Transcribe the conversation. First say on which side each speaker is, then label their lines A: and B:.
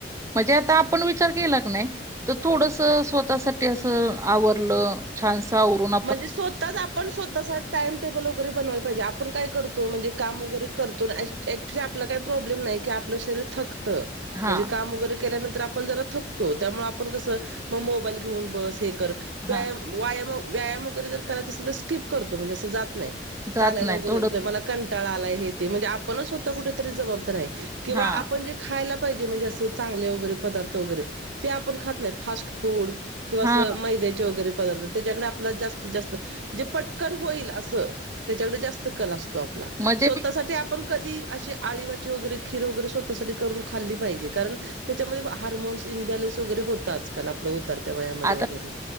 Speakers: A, on the right (about 15°); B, on the right (about 85°).
A: म्हणजे आंता आपणं विचार केलां की नाहीं तरं थोडंसं स्वंतःसाठी असं आवरलं. छांनसां आवरूंन.
B: म्हणजे स्वतःच आ पण स्वतः सा टाईम टेबल वगैरे बनवाय पाहिजे. आपण काय करतो म्हणजे काम वगैरे करतो ऍक्च्युअली आपला काही प्रॉब्लेम नाही की आपलं शरीर थकतं,
A: हां,
B: म्हणजे काम वगैरे केल्यानंतर आपण जरा थकतो त्यामुळे मग आपण कसं मोबाईल घेऊन बस हे कर, व्यायाम
A: हां.
B: वायाम व्यायाम वगैरे जर करायचा असेल तर स्किप करतो, म्हणजे असं जात नाही.
A: जात
B: चालायला
A: नाही
B: वगैरे
A: थोडं
B: मला कंटाळा आलाय हे ते म्हणजे आपणचं स्वतः कुठं तरी जबाबदार आहे किंवा
A: हां,
B: आपण जे खायला पाहिजे म्हणजे असं चांगले वगैरे पदार्थ वगैरे ते आपण खात नाही. फास्ट फूड किंवा
A: हां.
B: असं मैद्याचे वगैरे पदार्थ त्याच्याकडे आपला जास्तीत जास्त जे पट कन होईल असं त्याच्याकडे जास्त कल असतो आपला,
A: म्हणजे
B: स्वतः साठी आ पण कधी असे आळीवाची वगैरे खीर वगैरे स्वतःसाठी करून खाल्ली पाहिजे, कारण त्याच्यामध्ये हार्मोन्स इन्बॅलन्स वगैरे होतं आजकाल आपलं उतरत्या वयामध्ये
A: आता
B: वगैरे.